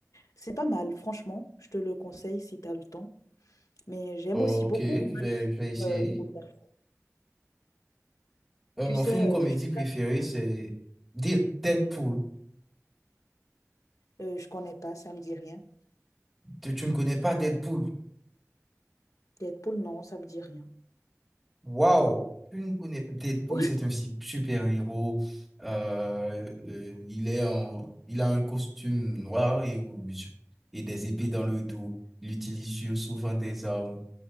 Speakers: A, on the left; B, in the centre.
A: c'est pas mal, franchement, je te le conseille si tu as le temps. Mais j'aime
B: Bon,
A: aussi beaucoup
B: ok, je
A: moi,
B: vais,
A: les films,
B: je vais essayer.
A: euh, bouleversants.
B: Euh,
A: Tu
B: mon
A: sais,
B: film comédie
A: euh, je sais
B: préféré,
A: pas,
B: c'est Dead- Deadpool.
A: euh, je connais pas, ça me dit rien.
B: Tu, tu ne connais pas Deadpool?
A: Deadpool, non, ça me dit rien.
B: Waouh! Tu ne connais pas. Deadpool,
A: <laughs> Oui.
B: c'est un si- super-héros. Euh, euh, il est en, il a un costume noir et rouge et des épées dans le dos. Il utilise sur- souvent des armes